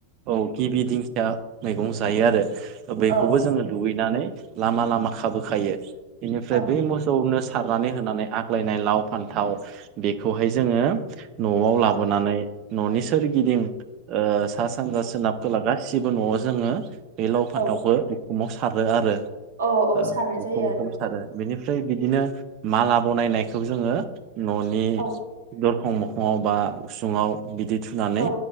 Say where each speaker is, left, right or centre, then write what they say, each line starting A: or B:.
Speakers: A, on the right; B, on the right.
A: औ गिबि दिंखिया मैगं जायो आरो बैखौबो
B: औ
A: जोङो दुगैनानै लामा लामा खाबोखायो बेनिफ्राय
B: ओं
A: बै मोसौनो सारनानै होनानै आग्लायनाय लाव फान्थाव बेखौहाय जोङो। न'आव
B: औ
A: लाबोनानै न'नि सोरगिदिं ओ सा सानजा सोनाब खोला गासिबो न'आव जोङो बे लाव
B: औ
A: फान्थावखौ उखुमाव सारो आरो
B: औ औ
A: ओ
B: सारनाय
A: उखुम
B: जायो आरो
A: उखुम
B: नों
A: सारो बेनिफ्राय बिदिनो माला बनायनायखौ जोङो न'नि
B: औ
A: खं मोखाङाव बा उसुङाव बिदि थुनानै
B: औ